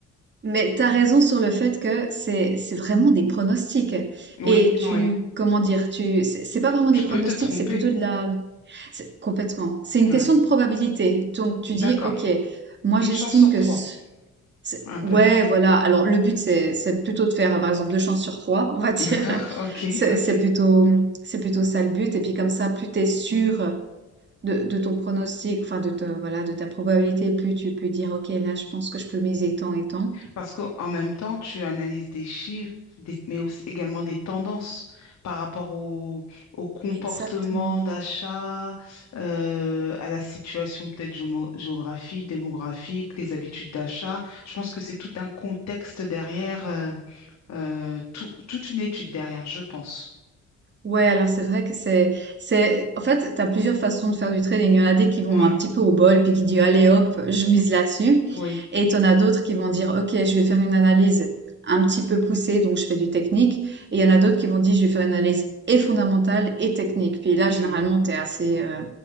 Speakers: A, on the right (about 35°); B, on the left (about 60°).
A: mais t'as raison sur le fait que c'est c'est vraiment des pronostics.
B: Oui,
A: Et tu,
B: oui.
A: comment dire, tu, c'est c'est pas vraiment
B: Tu
A: des pronostics,
B: peux te tromper.
A: c'est plutôt de la, c'est- complètement. C'est une
B: Oui,
A: question de probabilité. Donc tu
B: d'accord.
A: dis, ok, moi
B: Une
A: j'estime
B: chance sur
A: que,
B: trois,
A: ce- c'est-
B: un peu.
A: ouais, voilà. Alors le but c'est c'est plutôt de faire, par exemple, deux chances sur trois, on va <laughs> dire.
B: D'accord, <laughs> ok,
A: C'est
B: ok.
A: c'est plutôt c'est plutôt ça le but. Et puis comme ça, plus t'es sûr de, de ton pronostic, enfin de te, voilà, de ta probabilité, plus tu peux dire, ok, là je pense que je peux miser tant et tant.
B: Parce qu'en même temps, tu analyses des chiffres, des- mais aussi également des tendances par rapport au, au comportement
A: Exactement.
B: d'achat, euh, à la situation peut-être géomo- géographique, démographique, les habitudes d'achat. Je pense que c'est tout un contexte derrière, euh, euh, tout- toute une étude derrière, je pense.
A: Ouais, alors c'est vrai que c'est, c'est, en fait, t'as plusieurs façons de faire du trading. Il y en a des qui vont
B: Ouais,
A: un petit peu au bol, puis qui disent, allez hop, je mise là-dessus.
B: oui,
A: Et t'en as d'autres qui vont dire, ok, je vais faire une analyse un petit peu poussée, donc je fais du technique. Et il y en a d'autres qui vont dire, je vais faire une analyse et fondamentale et technique. Puis là,
B: Hmm.
A: généralement, t'es assez, euh,